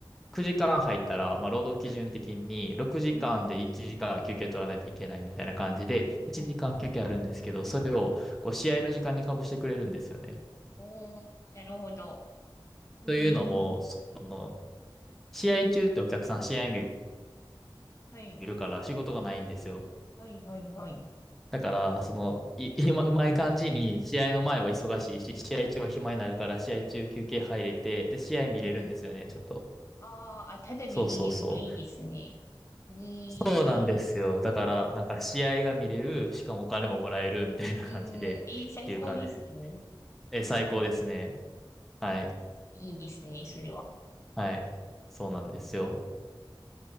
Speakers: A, in the centre; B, on the left.
A: 9時間入ったら、まあ、労働基準的に6時間で1時間休憩取らないといけないみたいな感じで、
B: うーん、うん、
A: 1時間休憩あるんですけど、それをこう試合の時間にかぶしてくれるんですよね。
B: おー、なるほど。ええ
A: というのも、その、試合中ってお客さん試合見
B: はい、
A: るから仕事がないんですよ。
B: はい、はい、はい。
A: だから、
B: ええ
A: その、い、<laughs> 今、うまい感じに、試合の前は忙しいし、試合中は暇になるから、試合中休憩入れて、で、試合見れるんですよね、
B: うん
A: ちょっと。
B: あーあ、あただで見れるのいいですね。
A: そうそうそう。
B: いい
A: そうなんですよ。だから、なんか試合が見れる、しかもお金ももらえるみたいな感じで、
B: はい。うん、いい最高ですね。
A: っていう感じです。え、最高ですね。
B: いい
A: はい。
B: いいですね、それは。
A: はい。そうなんですよ。